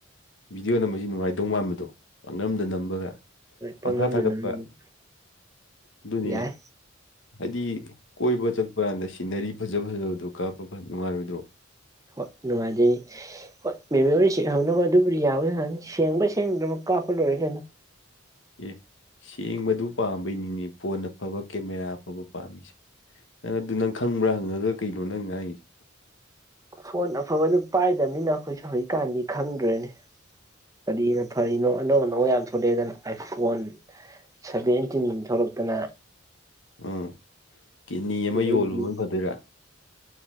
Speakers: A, on the left (about 65°); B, on the right (about 15°).
A: ꯚꯤꯗꯤꯑꯣ ꯅꯝꯕꯁꯦ ꯅꯨꯡꯉꯥꯏ ꯃꯥꯟꯕꯗꯣ ꯃꯥꯟꯕꯗꯣ ꯄꯥꯛꯅꯝꯗ ꯅꯝꯕꯒ
B: ꯄꯪꯅꯝꯗ
A: ꯄꯥꯡꯊꯥ ꯊꯥꯒꯠꯄ
B: ꯅꯝꯕ
A: ꯑꯗꯨꯅꯤ
B: ꯌꯥꯏ
A: ꯍꯥꯏꯗꯤ ꯀꯣꯏꯕ ꯆꯠꯄ ꯀꯥꯟꯗ ꯁꯤꯟꯅꯔꯤ ꯐꯖ ꯐꯖꯕꯗꯨ ꯀꯥꯞꯄ ꯅꯨꯡꯉꯥꯏꯔꯣꯏꯗ꯭ꯔꯣ
B: ꯍꯣꯏ ꯅꯨꯡꯉꯥꯏꯗꯣꯏꯅꯤ ꯍꯣꯏ ꯃꯦꯃꯣꯔꯤ ꯁꯤꯠꯍꯅꯕ ꯑꯗꯨꯕꯨꯗꯤ ꯌꯥꯕ ꯌꯥꯅꯤ ꯁꯦꯡꯕ꯭ꯔ ꯁꯦꯡꯗ꯭ꯔꯕ ꯀꯥꯞꯄ ꯂꯣꯏꯔꯦ ꯀꯩꯅꯣ
A: ꯑꯦ ꯁꯦꯡꯕꯗꯨ ꯄꯥꯝꯕꯩꯅꯤꯅꯦ ꯐꯣꯟ ꯑꯐꯕ ꯀꯦꯃꯦꯔꯥ ꯑꯐꯕ ꯄꯥꯝꯃꯤꯁꯦ ꯅꯪ ꯑꯗꯨ ꯅꯪ ꯈꯪꯕ꯭ꯔꯥ ꯍꯪꯉꯒ ꯀꯩꯅꯣ ꯅꯪ ꯉꯥꯏꯔꯤꯁꯦ
B: ꯐꯣꯟ ꯑꯐꯕꯗꯨ ꯄꯥꯏꯗꯕꯅꯤꯅ ꯑꯩꯈꯣꯏꯁꯨꯦ ꯍꯧꯖꯤꯛꯀꯥꯟꯗꯤ ꯈꯪꯗ꯭ꯔꯦꯅꯤ ꯀꯔꯤꯅꯣ ꯐꯔꯤꯅꯣ ꯑꯅꯧ ꯑꯅꯧ ꯌꯥꯝ ꯊꯣꯛꯂꯛꯑꯦꯗꯅ ꯑꯥꯏꯐꯣꯟ ꯁꯚꯦꯟꯇꯤꯟ ꯊꯣꯛꯂꯛꯇꯅ
A: ꯎꯝ ꯀꯤꯅꯤ ꯑꯃ
B: ꯑꯗꯩꯗꯤ
A: ꯌꯣꯜꯂꯨꯕꯅ ꯐꯗꯣꯏꯔꯥ